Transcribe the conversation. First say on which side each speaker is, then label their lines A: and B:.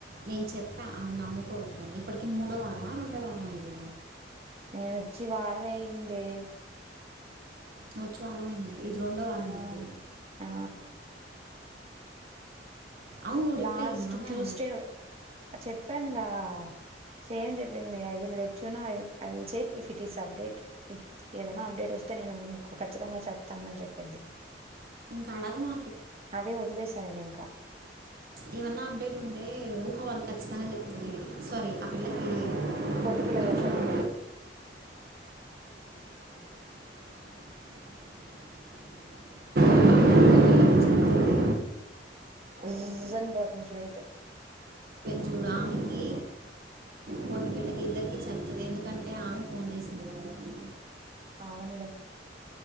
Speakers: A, on the right; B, on the right.
A: నేను చెప్పా ఆమని నమ్ముకోవద్దాని ఇప్పటికి మూడో వారమా రెండో వారమా ఇది
B: నేనొచ్చి వారమే అయ్యిందే
A: నువొచ్చి వారమైందా ఇది రెండో వార
B: ఆ
A: మైతే
B: ఆ
A: అవును రిప్లై
B: లాస్ట్
A: ఇలా ఆమె
B: ట్యూస్డే చెప్పానుగా సేమ్ చెప్పింది I will let you I I will check if it is update ఏదైనా అప్డేట్ వొస్ స్తే నేను నీకు ఖచ్చితంగా చెప్తాను అని జెప్పింది
A: ఇంక అడగమా
B: అదే వదిలేసా నేనింకా
A: ఏమన్నా అప్డేట్ ఉంటే ఊహ వాళ్ళుకు ఖచ్చితంగా జెప్తది సారీ ఆ పిల్లకి
B: పొట్టు పిల్ల
A: కొంచం
B: చెప్పొద్దులే
A: <inaudible> పిల్లకి చెప్తుంది
B: ఊ అని బొతుంది ఫ్లైటు
A: జూడు ఆమెకి పొట్టి పిల్లకి ఇద్దరికిీ చెప్తది ఎందుకంటే ఆమె ఫోన్ జేసింది కాబట్టి
B: అవుండ్లే